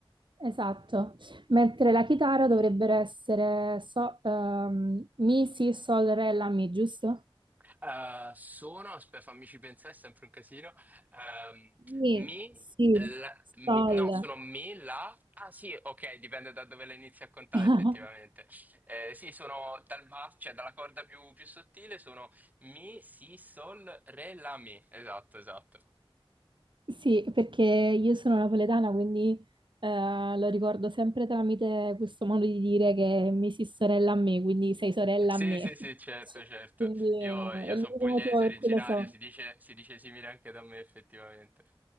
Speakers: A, on the right; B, on the right.
A: Esatto, mentre la chitarra dovrebbero essere so- ehm, Mi, Si, Sol, Re, La, Mi, giusto?
B: Eh, sono, aspetta, fammici pensare, è sempre un casino. Ehm,
A: Sì,
B: mi,
A: sì,
B: la- m-
A: sol.
B: no, sono mi, la. Ah sì, ok, dipende da dove la inizi a contare
A: <laughs>
B: effettivamente. Eh, sì, sono dal va, cioè dalla corda più, più sottile, sono mi, si, sol, re, la, mi. Esatto, esatto.
A: Sì, perché io sono napoletana, quindi eh, lo ricordo sempre tramite questo modo di dire che mi si sorella a me, quindi sei sorella
B: Sì,
A: a me.
B: sì, sì,
A: <laughs>
B: certo, certo.
A: Quindi
B: Io,
A: eh,
B: io
A: è
B: sono
A: l'unico
B: pugliese,
A: motivo per
B: originario,
A: cui lo so.
B: si dice, si dice simile anche da me effettivamente.